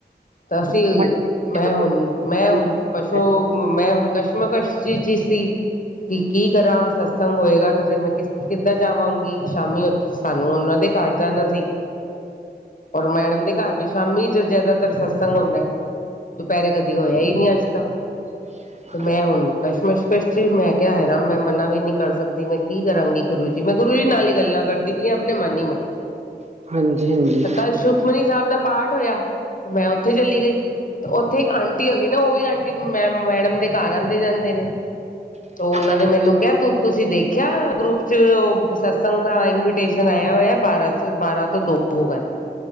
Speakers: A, on the left; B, on the right.
A: ਤਾਂ ਅਸੀਂ
B: ਹਾਂਜੀ
A: ਮੈਂ
B: ਇਹ ਤਾਂ
A: ਹੁਣ ਮੈਂ
B: ਬੋਲਣ
A: ਹੁਣ ਪਸ਼ੋ
B: ਹੈ।
A: ਮੈਂ ਹੁਣ ਕਸ਼ਮਕਸ਼ ਚੀ-ਚੀ ਸੀ। ਕਿ ਕੀ ਕਰਾਂ, ਸਤਸੰਗ ਹੋਏਗਾ ਤਾਂ ਫਿਰ ਮੈਂ ਕਿਸ ਕਿੱਧਾਂ ਜਾਵਾਂਗੀ? ਸ਼ਾਮੀ ਉੱਥ ਸਾਨੂੰ ਉਹਨਾਂ ਦੇ ਕਾਰ ਜਾਣਾ ਸੀ, ਔਰ ਮੈਡਮ ਦੇ ਕਾਰ ਵੀ ਸ਼ਾਮੀ ਜ ਜੇਦਾਤਰ ਸਤਸੰਗ ਹੁੰਦਾ ਹੈ, ਦੁਪਹਿਰੇ ਕਦੀ ਹੋਇਆ ਈ ਨਈ ਅੱਜ ਤੱਕ।
B: <inaudible>
A: ਤੇ ਮੈਂ ਹੁਣ ਕਸ਼ ਮਸ਼ਕਸ਼ ਚ ਮੈਂ ਕੇਆ ਹਾਏ ਰਾਮ ਮੈਂ ਮਨਾ ਵੀ ਨਹੀਂ ਕਰ ਸਕਦੀ, ਮੈਂ ਕੀ ਕਰਾਂਗੀ? ਗੁਰੂ ਜੀ, ਮੈਂ ਗੁਰੂ ਜੀ ਨਾਲ ਈ ਗੱਲਾਂ ਕਰਦੀ ਪਈਆਂ ਆਪਣੇ ਮਨ ਹੀ ਮਨ।
B: <inaudible> ਹਾਂਜੀ
A: ਤੇ ਕੱਲ ਸ਼ੁਖਮਨੀ ਸਾਬ ਦਾ ਪਾਠ ਹੋਏਆ, ਤੇ ਮੈਂ ਉੱਥੇ ਚੱਲੀ ਗਈ। ਉੱਥੇ ਇੱਕ ਆਂਟੀ ਹੈਗੀ ਨਾ, ਉਹ ਵੀ ਆਂਟੀ ਮੇਮ ਮੈਡਮ ਦੇ ਕਾਰ ਆਂਦੇ ਜਾਂਦੇ ਨੇ। ਤੋਂ ਉਹਨਾਂ
B: ਅੱਛਾ
A: ਨੇ ਮੈਨੂੰ ਕੇਆ, ਤੁ ਤੁਸੀਂ ਦੇਖਿਆ ਗਰੁੱਪ ਚ ਉਹ ਸਤਸੰਗ ਦਾ ਇਨਵੀਟੇਸ਼ ਨ ਆਏਆ ਹੋਏਆ ਬਾਰਾਂ ਸੋ, ਬਾਰਾਂ ਤੋਂ ਦੋ ਹੋ ਗੇ।